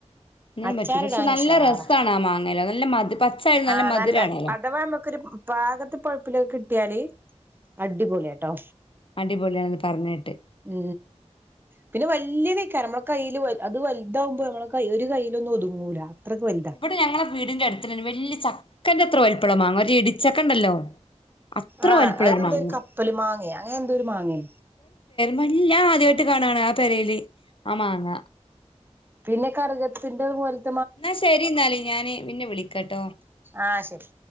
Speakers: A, on the left (about 50°); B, on the right (about 20°).
A: തിന്നാൻ
B: അച്ചാറിടാനുഷാറാ
A: പറ്റൂല പക്ഷെ നല്ല രസാണ് ആ മാങ്ങേല് നല്ല മധു പച്ചായാലും
B: ആ
A: മധുരാണല്ലോ
B: നല്ല അഥവാ നമുക്കൊരു പാകത്ത് പഴപ്പിലൊക്കെ കിട്ടിയാല് അടിപൊളിയാട്ടോ
A: അടിപൊളിയാണെന്ന് പറഞ്ഞേട്ട്
B: ഉ പിന്നെ വലിയത് നമ്മുടെ കയ്യിയില് അത് വലുതാവുമ്പോ നമ്മള ഒരു കയ്യില ഒന്നും ഒതുങ്ങൂല അത്രക്ക് വലുതാ
A: ഇവിടെ ഞങ്ങളെ വീടിന്റെ അടുത്തി വ ചക്കന്റെ അത്ര വലിപ്പമുള്ള മാങ്ങ ഒരു ഇടിച്ചക്ക ഉണ്ടല്ലോ അത്ര
B: ആ
A: വലിപ്പള്ള
B: അതെന്തോ
A: മാങ്ങ
B: ഒരു കപ്പല് മാങ്ങ അങ്ങനെ എന്തോ ഒരു മാങ്ങ
A: വല്ല ആദ്യമായിട്ട് കാണാണ് ആ പെരയില് ആ മാങ്ങ
B: പിന്നെ കറുകത്തിറതുപലെ
A: എന്നാ ശരി എന്നാലി ഞാന് പിന്നെ വിളിക്കട്ടോ
B: ആ ശരി